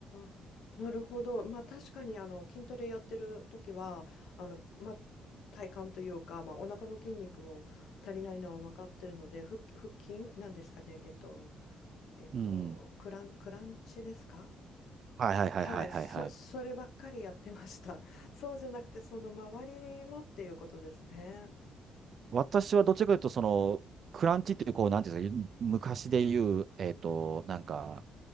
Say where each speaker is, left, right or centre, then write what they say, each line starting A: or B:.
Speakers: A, on the left (about 80°); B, on the right (about 55°).
A: あー、なるほど。まあ、確かに、あの、筋トレやってる時は、あの、まあ、体幹というか、まあ、お腹の筋肉も足りないのは分かってるので、腹、腹筋なんですかね。えっと、えっと、
B: うん。
A: クラン、クランチですか
B: はいはいはいはいはいはい。
A: はい、そ、そればっかりやってました。<laughs> そうじゃなくて、その周りもっていうことですね。
B: 私はどっちかというと、その、クランチっていう、こう、なんていうんですか、昔で言う、えっと、なんか、